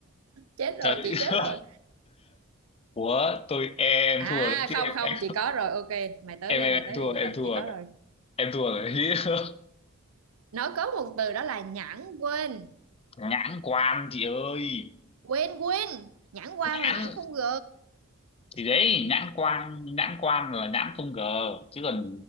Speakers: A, on the right; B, on the left.
A: chết
B: trời
A: rồi chị
B: <laughs>
A: chết rồi
B: của tôi em
A: à
B: thua đấy chứ
A: không
B: em
A: không
B: em
A: chị có rồi ok mày tới
B: em
A: đi
B: em
A: mày
B: em
A: tới
B: thua
A: đi chị
B: em
A: tự-
B: thua
A: chị có
B: rồi.
A: rồi
B: em thua rồi <laughs>
A: nó có một từ đó là nhãn quên
B: nhãn quan chị ơi
A: quên quên nhãn quan
B: nhãn
A: là nhãn không g
B: thì đấy nhãn quan nhãn quan là nhãn không g chứ còn